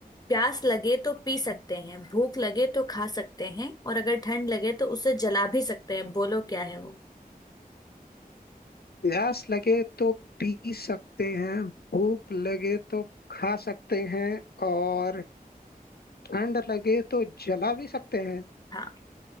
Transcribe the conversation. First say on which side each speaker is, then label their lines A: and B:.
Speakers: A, on the left (about 25°); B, on the left (about 80°).
A: प्यास लगे तो पी सकते हैं भूख लगे तो खा सकते हैं और अगर ठंड लगे तो उसे जला भी सकते हैं बोलो क्या है वो
B: प्यास लगे तो पी सकते हैं भूख लगे तो खा सकते हैं और ठंड लगे तो जला भी सकते हैं
A: हाँ